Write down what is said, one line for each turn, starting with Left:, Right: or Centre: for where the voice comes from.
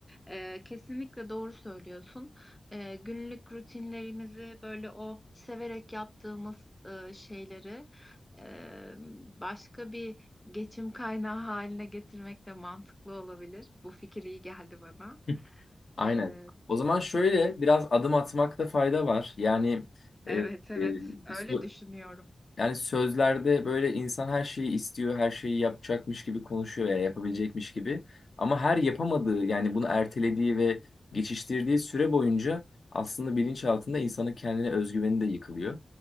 Centre: Ee, kesinlikle doğru söylüyorsun. Ee, günlük rutinlerimizi böyle o severek yaptığımız e, şeyleri e, başka bir geçim kaynağı haline getirmek de mantıklı olabilir. Bu fikir iyi geldi bana.
Left: Hı. Aynen.
Centre: Ee,
Left: O zaman şöyle biraz adım atmakta fayda var. Yani e,
Centre: evet
Left: e,
Centre: evet öyle
Left: so-
Centre: düşünüyorum.
Left: Yani sözlerde böyle insan her şeyi istiyor, her şeyi yapacakmış gibi konuşuyor veya yapabilecekmiş gibi. Ama her yapamadığı yani bunu ertelediği ve geçiştirdiği süre boyunca aslında bilinç altında insanın kendine özgüveni de yıkılıyor.